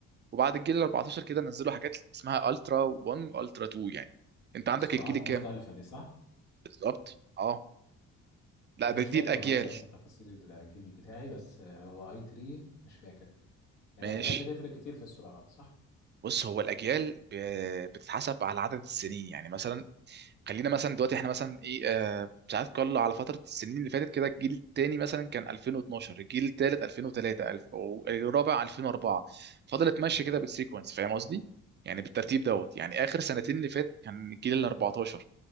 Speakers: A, on the right; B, on the left.
A: وبعد الجيل ال 14 كده نزلوا حاجات اسمها الترا 1 والترا 2 يعني انت عندك
B: سرعات
A: الجيل الكام
B: مختلفه دي صح
A: بالظبط اه لا
B: انا
A: ده
B: مش
A: دي
B: فاكر
A: الاجيال
B: والله بالظبط تفاصيل الجيل بتاعي بس آه، هو اي 3 مش فاكر يعني
A: ماشي
B: الاجيال بتفرق كتير في السرعات صح
A: بص هو الاجيال ب- بتتحسب على عدد السنين يعني مثلا خلينا مثلا دلوقتي احنا مثلا ايه آه ساعات كل على فتره السنين اللي فاتت كده الجيل الثاني مثلا كان 2012 الجيل الثالث 2003 الف والرابع 2004 فضلت ماشيه
B: مم.
A: كده بالسيكونس فاهم قصدي يعني بالترتيب دوت يعني اخر سنتين اللي فات كان الجيل ال 14